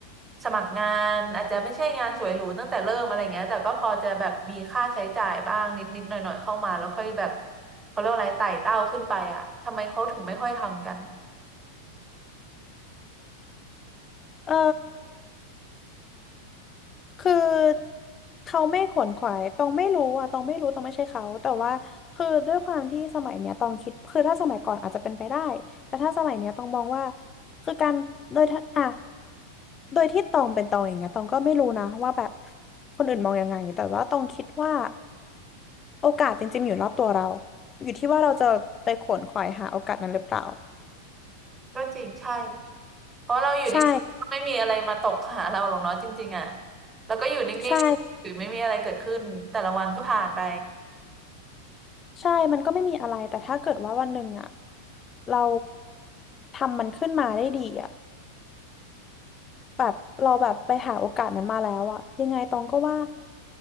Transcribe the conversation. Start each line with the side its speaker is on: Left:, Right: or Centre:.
Right: สมัครงานอาจจะไม่ใช่งานสวยหรูตั้งแต่เริ่มอะไรเงี้ยแต่ก็พอจะแบบมีค่าใช้จ่ายบ้างนิดนิดหน่อยหน่อยๆเข้ามาแล้วค่อยแบบเขาเรียกว่าอะไรไต่เต้าขึ้นไปอ่ะทำไมเขาถึงไม่ค่อยทำกัน
Left: เออ คือเขาไม่ขวนขวายตองไม่รู้อะตองไม่รู้ตองไม่ใช่เขาแต่ว่าคือด้วยความที่สมัยเนี้ยตองคิด คือถ้าสมัยก่อนอาจจะเป็นไปได้ แต่ถ้าสมัยเนี้ยตองมองว่าคือการโดยถ้าอ่ะโดยที่ตองเป็นตองอย่างเงี้ย ตองก็ไม่รู้นะว่าแบบคนอื่นมองยังไงแต่ว่าตองคิดว่าโอกาสจริงๆอยู่รอบตัวเรา อยู่ที่ว่าเราจะไปขวนขวายหาโอกาสนั้นหรือเปล่า
Right: ก็จริงใช่ เพราะเราอยู่นิ่งไม่มีอะไรมาตกหาเราหรอกเนาะจริงๆอ่ะ
Left: ใช่
Right: แล้วก็อยู่นิ่งๆหรือไม่มีอะไรเกิดขึ้นแต่ละวันก็ผ่านไป
Left: ใช่ใช่มันก็ไม่มีอะไรแต่ถ้าเกิดว่าวันหนึ่งอ่ะ เราทำมันขึ้นมาได้ดีอ่ะแบบเราแบบไปหาโอกาสนั้นมาแล้วอ่ะยังไงตองก็ว่า